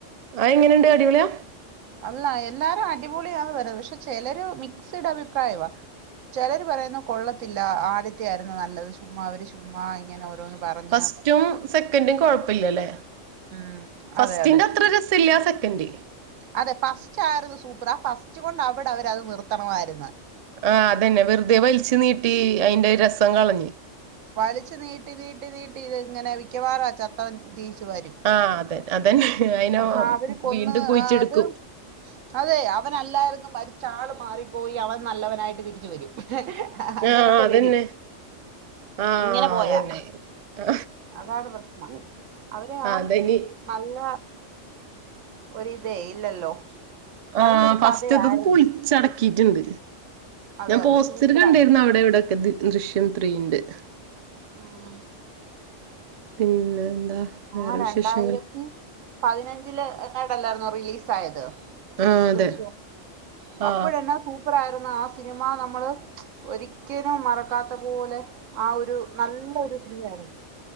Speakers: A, on the right; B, on the right.
A: അയ് എങ്ങനെണ്ട് അടിപൊളിയാ
B: അല്ല എല്ലാരും അടിപൊളിയാന്ന് വര പക്ഷെ ചിലര് മിക്സഡ് അഭിപ്രായവാ ചിലര് പറയുന്നു കൊള്ളത്തില്ല ആദ്യത്തെ ആയിരുന്നു നല്ലത് ചുമ്മാ അവര് ചുമ്മാ ഇങ്ങനെ ഓരോന്ന് പറഞ്ഞ്
A: ഫസ്റ്റും സെക്കൻ്റും കൊഴപ്പില്ലല്ലേ
B: ഉം
A: ഫസ്റ്റിന്റത്ര
B: അതെ അതെ
A: രസ ഇല്ല സെക്കൻ്റ്
B: അതെ ഫസ്റ്റ് ആരുന്നു സൂപ്പർ ആ ഫസ്റ്റ് കൊണ്ട് അവിടെ അവര് അത് നിർത്തണമായിരുന്ന്.
A: ആ അതന്നെ വെറുതെ വലിച്ചു നീട്ടി അയിന്റെ രസം കളഞ്ഞ്.
B: വലിച്ചു നീട്ടി നീട്ടി നീട്ടി ഇത് ഇങ്ങനെ മിക്കവാറും ചത്തവൻ തിരിച്ചു വരും.
A: ആഹ് അതെ അതന്നെ അയിന
B: ആ, അവര് കൊന്ന്
A: വീണ്ടും കുഴിച്ചിട്ക്കും
B: ആ, അത് അതെ അവനല്ലായിരുന്നും മരിച്ച ആള് മാറിപ്പോയി അവൻ നല്ലവനായിട്ട് തിരിച്ചു വരും. അങ്ങനൊക്കെ
A: ആഹ് അതന്നെ
B: വരും
A: ആഹ്
B: ഇങ്ങനെ പോയാ
A: അതന്നെ ആ
B: അതാണ് പ്രശ്നം. അവര് ആ
A: അതനി
B: നല്ല ഒര് ഇതേ ഇല്ലല്ലോ
A: ആ
B: നല്ലൊരു
A: ഫസ്റ്റത്തതും
B: കഥയായിരുന്നു
A: പൊളിച്ചട ‌ക്കിട്ടുണ്ട്
B: അതെ
A: ഞാൻ പോസ്റ്റർ
B: അതെ സൂപ്പറായിരുന്നു
A: കണ്ടായിരുന്നു അവിടെ ഇവിടെക്കെ ദൃശ്യം ത്രീന്റെ.
B: ആഹ്
A: പിന്നെ എന്താ വേറെ
B: ആ രണ്ടായിരത്തി
A: വിശേഷങ്ങൾ
B: പതിനഞ്ചില് എങ്ങാണ്ടല്ലായിരുന്നോ റിലീസ് ആയത്
A: ആ അതെ
B: ദൃശ്യം
A: ആ
B: അപ്പഴെന്നാ സൂപ്പ പ്പറായിരുന്നു ആ സിനിമ നമ്മള് ഒരിക്കലും മറക്കാത്ത പോലെ. ആ ഒരു നല്ല ഒരു ഫീലായിരുന്നു